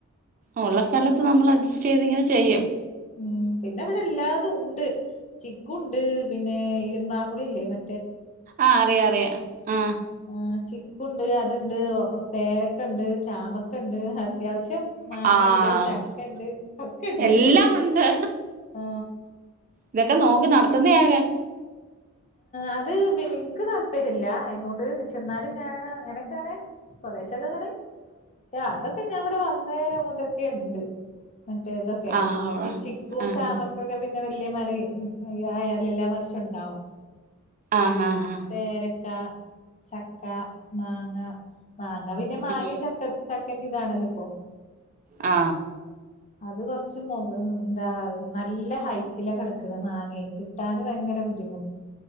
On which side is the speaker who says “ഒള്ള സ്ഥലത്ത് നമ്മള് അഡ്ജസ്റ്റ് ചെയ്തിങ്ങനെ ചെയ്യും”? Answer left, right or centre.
Right